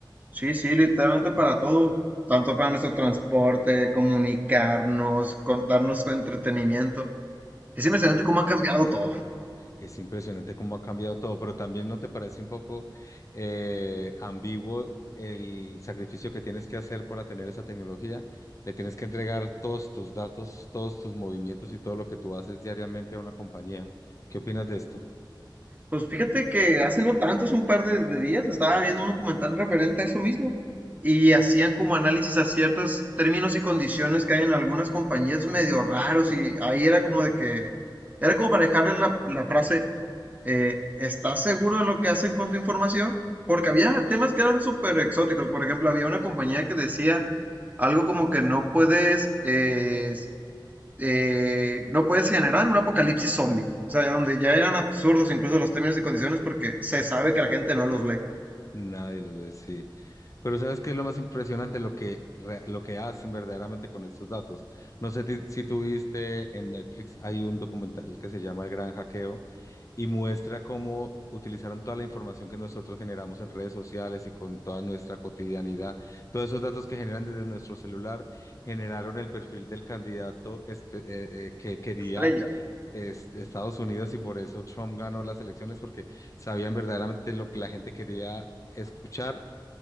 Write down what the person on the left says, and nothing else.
Es impresionante cómo ha cambiado todo, pero también ¿no te parece un poco eh, ambiguo el sacrificio que tienes que hacer para tener esa tecnología? Le tienes que entregar todos tus datos, todos tus movimientos y todo lo que tú haces diariamente a una compañía. ¿Qué opinas de esto?
Nadie lo lee, sí. Pero ¿sabes qué es lo más impresionante? Lo que, re- lo que hacen verdaderamente con estos datos. No sé ti- si tú viste en Netflix, hay un documental que se llama El Gran Hackeo y muestra cómo utilizaron toda la información que nosotros generamos en redes sociales y con toda nuestra cotidianidad. Todos esos datos que generan desde nuestro celular generaron el perfil del candidato espe- eh, eh, que quería
es- Estados Unidos y por eso Trump ganó las elecciones porque sabían verdaderamente lo que la gente quería escuchar